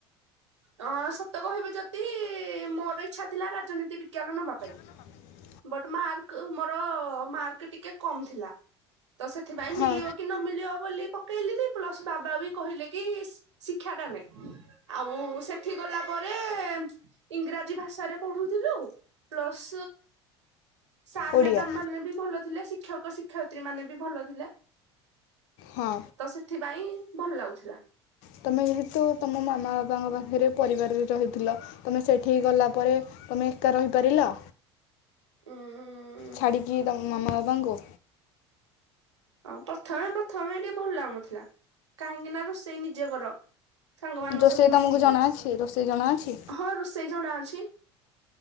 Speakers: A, on the right; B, on the left.
A: ଅଁ ସତ କହିବି ଯଦି- ମୋର ଇଚ୍ଛା ଥିଲା ରାଜନୀତି ବିଜ୍ଞାନ ନବା ପାଇଁ
B: <inaudible>
A: ବଟ ମାର୍କ ମୋର- ମାର୍କ ଟିକେ କମ୍ ଥିଲା। ତ ସେଥିପାଇଁ
B: ହଁ
A: ମିଳିବ କି ନ ମିଳିବ ବୋଲି ପକ୍ କହିଲିନି ପ୍ଲସ ବାବା ବି କହିଲେ କି ଶିକ୍ଷା ଟା ନେ ଆଉ ସେଠି ଗଲା ପରେ ଇଂରାଜୀ ଭାଷାରେ ପଢୁଥିଲୁ ପ୍ଲସ୍ ସାର୍
B: ଓଡ଼ିଆ
A: ମ୍ୟାଡାମ ମାନେ ବି ଭଲ ଥିଲେ ଶିକ୍ଷକ ଶିକ୍ଷୟତ୍ରୀ ମାନେ ବି ଭଲ ଥିଲେ।
B: ହଁ।
A: ତ ସେଥିପାଇଁ ଭଲ ଲାଗୁଥିଲା।
B: ତମେ ଯେହେତୁ ତମ ମାମା ବାପାଙ୍କ ପାଖରେ ପରିବାରରେ ରହିଥିଲ। ତମେ ସେଇଠିକି ଗଲା ପରେ ତମେ ଏକା ରହିପାରିଲ?
A: ଉଁ ଉ।
B: ଛାଡ଼ିକି ତମ ମାମା ବାବାଙ୍କୁ।
A: ହଁ ପ୍ରଥମେ ପ୍ରଥମେ ଟିକେ ଭଲ ଲାଗୁନଥିଲା କାହିଁକି ନା ରୋଷେଇ ନିଜେ କର। ସାଙ୍ଗମାନଙ୍କ
B: ରୋଷେଇ
A: ସହିତ
B: ତୁମକୁ
A: ମିଶିକି
B: ଜଣାଅଛି ରୋଷେଇ ଜଣାଅଛି
A: ହଁ ରୋଷେଇ ଜଣା ଅଛି,